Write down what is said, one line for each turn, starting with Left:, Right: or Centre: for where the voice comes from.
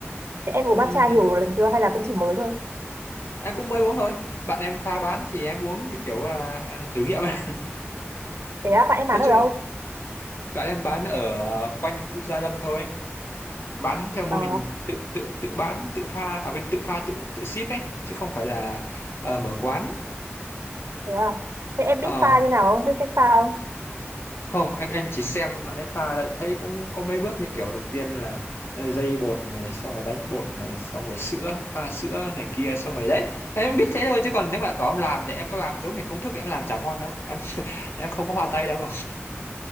Right: thế em uống matcha
Left: Ừm,
Right: nhiều lần chưa hay là cũng chỉ mới thôi
Left: em cũng mới uống thôi, bạn em pha bán thì em uống như kiểu là à, thử nghiệm ấy.
Right: thế á,
Left: <laughs>
Right: bạn em bán
Left: Nói
Right: ở
Left: chung
Right: đâu
Left: là bạn em bán ở à, quanh khu Gia Lâm thôi, bán theo mô
Right: Ờ
Left: hình tự tự tự bán tự pha à quên tự pha tự tự ship ấy chứ không phải là ờ, mở quán
Right: Thế à? Thế em
Left: Ờ,
Right: biết pha như nào không? Biết cách pha không?
Left: không em em chỉ xem bạn ấy pha lại thấy cũng có mấy bước như kiểu đầu tiên là ờ, dây bột này xong rồi đánh bột này xong rồi sữa pha sữa này kia xong rồi đấy em biết thế thôi chứ còn nếu mà bảo em làm thì em có làm giống hệt công thức em làm chả ngon đâu em <laughs> em không có hoa tay đâu